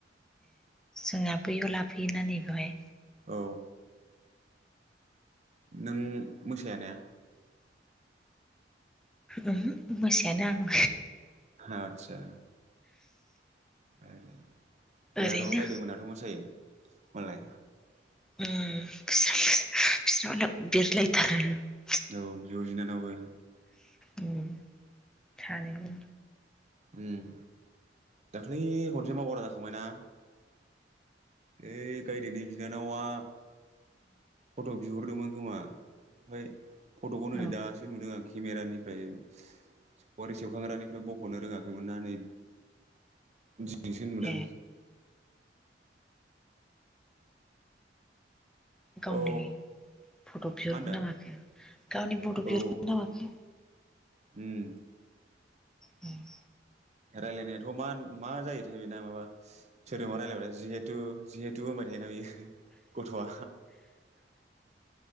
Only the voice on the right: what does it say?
औ नों मोसाया ना
हा आदसा ए ओ बेहाथ'
गायदेमोनाथ' मोसायो। मालाय
औ बिब' बिनानावबो।
उम, दाख्लै खनसे मावबादा जाखांबायना ओय गायदेनि बिनानावआ फट' बिहरदोंमोन गोमोआ ओमफाय फट'खौनो नै
दासो नुदों आरोखि केमेरानिफ्राय <unintelligible> सेबखांग्रानिफ्राय बख'नो रोङाखैमोना नै दिनिसो नुदों।
औ
मा होनदों
औ
उम
रायलायनायाथ' मा मा जायोथाय बेना माबा सोदोबा रायलायबाथाय जिहेथु जिहेथु होनबाय थायोना बियो। गथ'वा